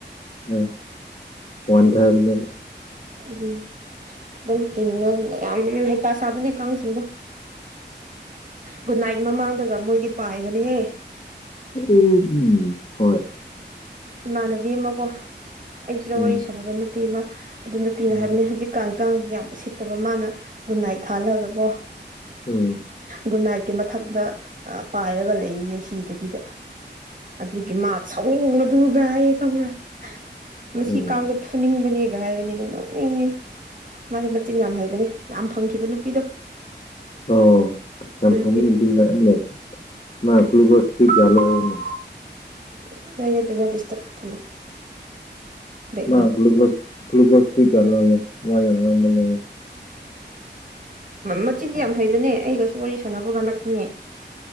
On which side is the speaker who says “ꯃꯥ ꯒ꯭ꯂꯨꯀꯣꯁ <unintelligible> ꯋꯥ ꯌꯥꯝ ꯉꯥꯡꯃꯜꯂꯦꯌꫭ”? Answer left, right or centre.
Left